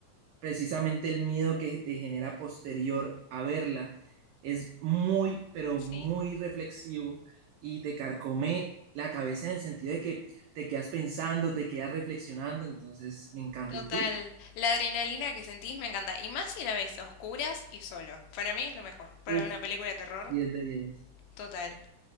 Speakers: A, on the right; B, on the left.
A: precisamente el miedo que te genera posterior a verla es muy, pero
B: Sí,
A: muy reflexivo y te carcome la cabeza en el sentido de que te quedas pensando, te quedas reflexionando, entonces me encanta.
B: total.
A: ¿Y tú?
B: La adrenalina que sentís me encanta. Y más si la ves a oscuras y solo. Para mí es lo mejor. Para
A: Uf,
B: una película de terror,
A: diez de diez
B: total.